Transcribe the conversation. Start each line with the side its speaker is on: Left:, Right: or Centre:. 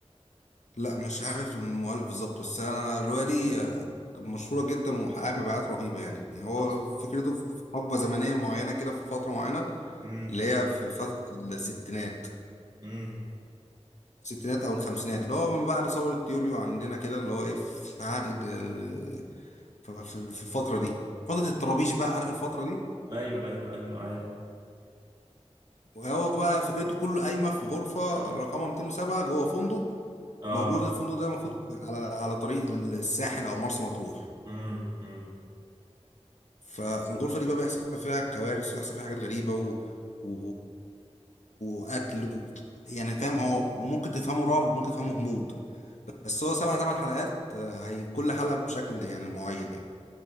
Left: لا مش عارف المؤلف بالظبط بس أنا الرواية دي آه، مشهورة جدا وحققت مبيعات رهيبة يعني هو
Right: اصلا
Left: فكرته في حقبة زمنية معينة كده في فترة معينة
Right: امم
Left: اللي هي في فترة الستينات
Right: امم
Left: الستينات أو الخمسينات اللي هو من بعد ثورة يوليو عندنا كده اللي هو إيه في عهد الج- في في- في الفترة دي فترة الطرابيش بقى عارف الفترة دي
Right: ايوه ايوه ايوه عارف
Left: وهو بقى فكرته كله قايمه في غرفه رقمها 207 جوه فندق
Right: اه
Left: موجود الفندق ده المفروض على على طريق الساحل او مرسى مطروح
Right: امم امم
Left: فالغرفه دي بقى بيحصل فيها كوارث وبيحصل فيها حاجات غريبه و... و... وقتل و... يعني فاهم هو ممكن تفهمه رعب وممكن تفهمه غموض بس هو سبع ثمان حلقات آه، هي كل حلقه بشكل يعني معين يعني